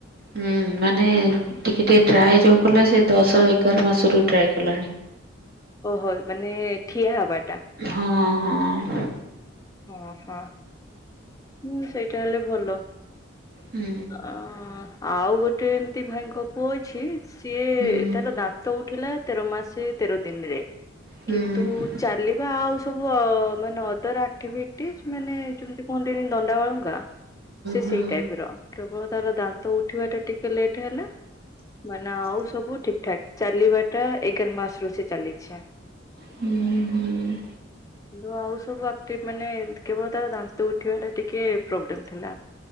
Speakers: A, on the right; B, on the left.
A: ହୁଁ ମାନେ ଟିକେ ଟିକେ ଟ୍ରାଏ ଯୋଉ କଲା ସେ ଦଶ ଏଗାର ମାସରୁ ଟ୍ରାଏ କଲାଣି।
B: ଓହୋ ମାନେ-ଏ-ଏ ଠିଆ ହେବା
A: ହଁ ହଁ।
B: ଓ ହୋ ହୁଁ ସେଇଟା ହେଲେ ଭଲ।
A: ହୁଁ।
B: ଆ ଆଉ ଗୋଟେ ଏମିତି ଭାଇଙ୍କ ପୁଅ ଅଛି ସିଏ
A: ହୁଁ ହୁଁ।
B: ତାର ଦାନ୍ତ ଉଠିଲା ତେର ମାସେ ତେର ଦିନରେ
A: ହୁଁ
B: କିନ୍ତୁ ଚାଲିବା ଆଉ ସବୁ-ଉ-ଉ-ଅ ମାନେ ଅଦର ଆକ୍ଟିଭିଟିଜ ମାନେ ଯେମିତି କୁହନ୍ତିନି ଦଣ୍ଡାବାଳୁଙ୍ଗା ସେ
A: ହୁଁ
B: ସେଇ ଟାଇପ ର କେବଳ ତାର ଦାନ୍ତ ଉଠିବା ଟା ଟିକେ ଲେଟ ହେଲା। ମାନେ ଆଉ ସବୁ ଠିକ ଠାକ ଚାଲିବା ଟା ଏଗାର ମାସରୁୁ ସେ ଚାଲିଛି।
A: ହୁଁ ହୁଁ।
B: କିନ୍ତୁ ଆଉ ସବୁ ଆକ୍ଟିବ ମାନେ କେବଳ ତା ଦାନ୍ତ ଉଠିବା ଟିକେ ପ୍ରୋବ୍ଲେମ ଥିଲା।